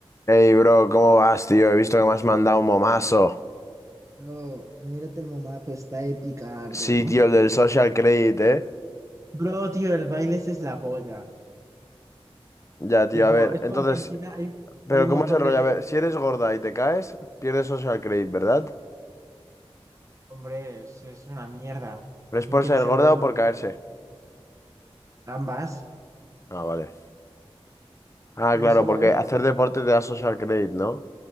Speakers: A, on the left; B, on the right.
A: Hey, bro, ¿cómo vas, tío? He visto que me has mandado un momazo.
B: No, mírate el momazo, está de picardo.
A: Sí, tío, el del social credit, ¿eh?
B: Bro, tío, el baile ese es la polla.
A: Ya, tío,
B: Tipo,
A: a ver.
B: es
A: Entonces,
B: como que en China hay,
A: ¿pero
B: hay un
A: cómo
B: montón
A: es el rollo?
B: de peña.
A: A ver, si eres gorda y te caes, pierdes social credit, ¿verdad?
B: Hombre, es, es una mierda.
A: ¿Pero es
B: ¿Quién
A: por
B: quiere
A: ser
B: ser
A: gorda
B: gordo?
A: o por caerse?
B: Ambas.
A: Ah, vale. Ah,
B: No
A: claro,
B: solo
A: porque
B: eso.
A: hacer deporte te da social credit, ¿no?